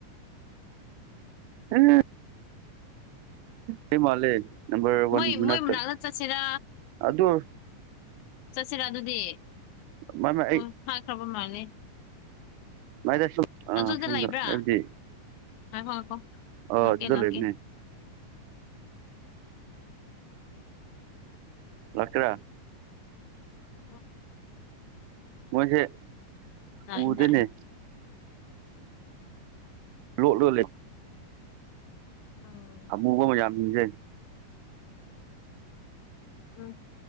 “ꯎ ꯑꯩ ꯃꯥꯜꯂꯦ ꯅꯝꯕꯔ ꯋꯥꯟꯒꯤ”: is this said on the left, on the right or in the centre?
Right